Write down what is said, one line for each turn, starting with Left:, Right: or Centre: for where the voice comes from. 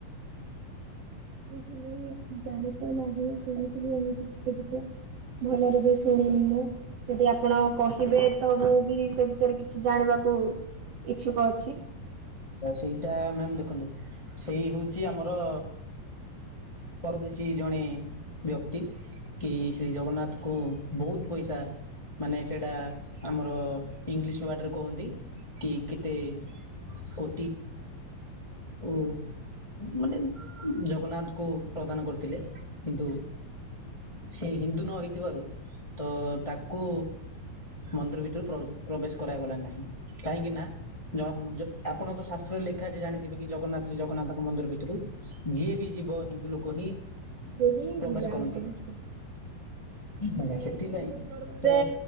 Right: ଶୁଣିଥିଲି ଜାଣି ତ ନାହିଁ ଶୁଣଥିଲି ଏମ ଟିକେ ଟିକେ। ଭଲରେ ବି ଶୁଣିନି ମୁଁ ଯଦି ଆପଣ କ ହିବେ ତ ମୁଁ ବି ସେ ବିଷୟରେ କିଛି ଜାଣିବାକୁ ଇଚ୍ଛୁକ ଅଛି।
Left: ସେଇଟା ମ୍ୟାମ ଦେଖନ୍ତୁ ସେଇ ହଉଛି ଆମର ପରଦେଶୀ ଜଣେ ବ୍ୟକ୍ତି କି ଶ୍ରୀ ଜଗନ୍ନାଥଙ୍କୁ। ବହୁତ ପଇସା ମାନେ ସେଇଟା ଆମର ଇଂଲିଶ ୱାର୍ଡ଼ରେ କୁହନ୍ତି। କି କେତେ କୋ ଓ ମାନେ ଜଗନ୍ନାଥ କୁ ପ୍ରଦାନ କରିଥିଲେ। କିନ୍ତୁ ସେ ହିନ୍ଦୁ ନ ହେଇଥିବାରୁ ତ ତାକୁ ମନ୍ଦିର ଭିତରୁ ପ୍ରବେଶ କରାଗଲା ନାହିଁ କାହିଁକି ନା ଜ ଜ ଆପଣ ତ ଶାସ୍ତ୍ରରେ ଲେଖା ଜାଣିଥିବେ କି ଜଗନ୍ନାଥରେ ଜଗନ୍ନାଥଙ୍କ ମନ୍ଦିର ଭିତରୁ ଯିଏ ବି ଯିବ ହିନ୍ଦୁ ଲୋକ ହିଁ
Right: ଯେ ବି
Left: ପ୍ରବେଶ
Right: ଯିବେ
Left: କରନ୍ତି
Right: ଅଜ୍ଞା ଆଜ୍ଞା। ମାନେ
Left: ଆଜ୍ଞା ସେଥିପାଇଁ
Right: ହିନ୍ଦୁ ଧର୍ମରେ
Left: ତ